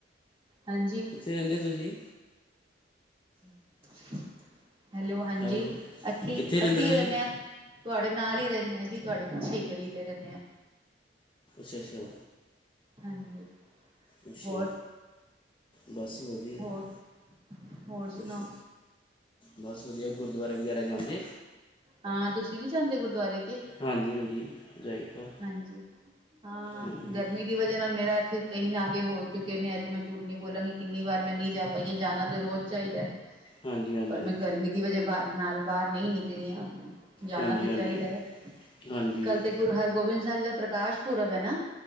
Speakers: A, on the right; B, on the left.
A: ਹਾਂਜੀ
B: ਕਿੱਥੇ ਰਹਿੰਦੇ ਤੁਸੀਂ?
A: <inaudible> ਹੈਲੋ, ਹਾਂਜੀ,
B: ਹੈਲੋ
A: ਏਥੀ
B: ਕਿੱਥੇ ਰਹਿੰਦੇ
A: ਏਥੀ
B: ਤੁਸੀਂ
A: ਰਹਿਣੇ ਆ, ਤੁਹਾਡੇ ਨਾਲ ਹੀ ਰਹਿਣੇ ਆ ਜੀ। ਤੁਹਾਡੇ ਪਿੱਛੇ ਹੀ ਗਲੀ ਤੇ ਰਹਿਣੇ ਆ।
B: ਅੱਛਾ ਅੱਛਾ।
A: ਹਾਂਜੀ।
B: ਅੱਛਾ।
A: ਹੋਰ
B: ਬਸ ਵਧੀਆ ਜੀ।
A: ਹੋਰ ਹੋਰ ਸੁਣਾਓ
B: ਅੱਛਾ, ਬਸ ਵਧੀਆ। ਗੁਰੂਦੁਆਰੇ ਵਗੈਰਾ ਜਾਂਦੇ?
A: ਹਾਂ ਤੁਸੀਂ ਵੀ ਜਾਂਦੇ ਓ ਗੁਰਦੁਆਰੇ? ਕੇ
B: ਹਾਂਜੀ ਹਾਂਜੀ। ਜਾਈਦਾ
A: ਹਾਂਜੀ ਹਾਂ,
B: ਹਾਂਜੀ
A: ਗਰਮੀ ਦੀ ਵਜ੍ਹਾ ਨਾਲ ਮੇਰਾ ਇੱਥੇ- ਕਈ ਨਾਗੇ ਹੋ ਚੁੱਕੇ ਨੇ। ਏ ਤੇ ਮੈਂ ਝੂਠ ਨਹੀਂ ਬੋਲਾਂਗੀ। ਕਿੰਨੀ ਵਾਰ ਮੈਂ ਨਹੀਂ ਜਾ ਪਾਈਆ। ਜਾਣਾ ਤਾਂ ਰੋਜ਼ ਚਾਹੀਦਾ-
B: ਹਾਂਜੀ ਹਾਂਜੀ
A: ਪਰ ਮੈਂ ਗਰਮੀ ਦੀ ਵਜ੍ਹਾ ਨਾਲ ਬਾਹਰ ਨਹੀਂ ਨਿਕਲੀ ਆ। ਜਾਣਾ
B: ਹਾਂਜੀ
A: ਤੇ ਚਾਹੀਦਾ
B: ਹਾਂਜੀ
A: ਐ।
B: ਹਾਂਜੀ
A: ਕੱਲ ਤੇ ਗੁਰੂ ਹਰਗੋਬਿੰਦ ਸਾਹਿਬ ਜੀ ਦਾ ਪ੍ਰਕਾਸ਼ ਪੁਰਬ ਐ ਨਾ?